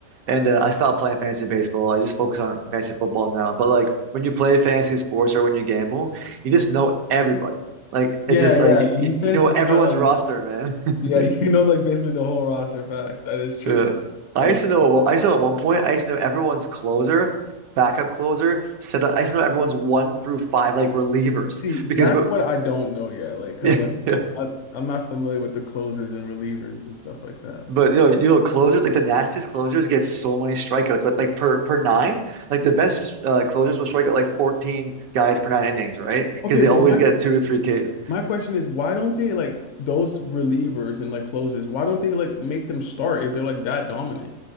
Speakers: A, on the right; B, on the left.
A: And uh, I stopped playing fantasy baseball. I just focus on fantasy football now. But like when you play fantasy sports or when you gamble, you just know everybody. Like
B: Yeah,
A: it's just
B: yeah.
A: like you,
B: You tend
A: you know
B: to
A: everyone's
B: try like
A: roster, man.
B: yeah, <laughs> you know
A: <laughs>
B: like basically the whole roster facts. That is true.
A: Yeah. I
B: That
A: used to know.
B: is
A: I used to know at one point. I used to know everyone's closer, backup closer, set up. I used to know everyone's one through five like relievers
B: see,
A: because
B: that's
A: but
B: what I don't know yet. Like, cause
A: <laughs>
B: like I, I'm not familiar with the closers and relievers and stuff like that.
A: But you know, you know, closers like the nastiest closers get so many strikeouts, like like per per nine. Like the best uh, closers will strike out like 14 guys per nine innings, right?
B: Okay,
A: Because they
B: but
A: always
B: my
A: get two or three Ks.
B: My question is, why don't they like those relievers and like closers? Why don't they like make them start if they're like that dominant?